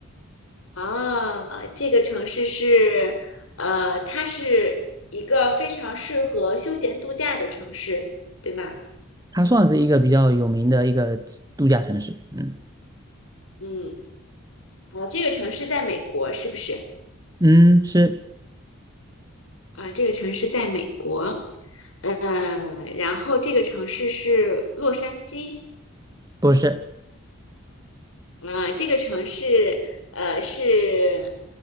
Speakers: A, on the left; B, on the right.
A: 啊，这个城市是，呃，它是一个非常适合休闲度假的城市，对吗？
B: 它算是一个比较有名的一个度假城市。嗯
A: 嗯，啊，这个城市在美国是不是？
B: 嗯，是
A: 啊，这个城市在美国，嗯，然后这个城市是洛杉矶，
B: 不是？
A: 嗯，这个城市，呃，是，